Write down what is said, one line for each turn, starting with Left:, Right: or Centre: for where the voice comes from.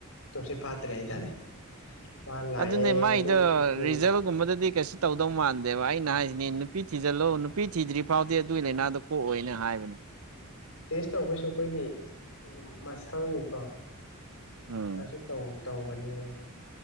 Left: ꯇꯣꯁꯤ ꯐꯥꯠꯇ꯭ꯔꯦ ꯍꯥꯏꯇꯥꯔꯦ ꯃꯥ ꯂꯥꯛꯑꯦ
Right: ꯑꯗꯨꯅꯦ ꯃꯥꯏꯗꯣ
Left: ꯑꯗꯨ ꯌꯦꯡꯈ꯭ꯔꯦ
Right: ꯔꯤꯖꯜꯒꯨꯝꯕꯗꯗꯤ ꯀꯩꯁꯨ ꯇꯧꯗꯧ ꯃꯥꯟꯗꯦ ꯗꯦꯚ ꯑꯩꯅ ꯍꯥꯏꯁꯤꯅꯦ ꯅꯨꯄꯤ ꯊꯤꯖꯤꯜꯂꯣ ꯅꯨꯄꯤ ꯊꯤꯗ꯭ꯔꯤ ꯐꯥꯎꯗꯤ ꯑꯗꯨꯒꯤ ꯂꯥꯏꯅꯥꯗ ꯀꯣꯛꯑꯣꯏꯅ ꯍꯥꯏꯕꯅꯦ
Left: ꯇꯦꯁ ꯇꯧꯕꯩꯁꯨ ꯑꯩꯈꯣꯏꯒꯤ ꯃꯁꯜꯒꯤꯀꯣ
Right: ꯎꯝ
Left: ꯑꯁꯤ ꯇꯧꯒꯅꯤ ꯍꯥꯏꯌꯦ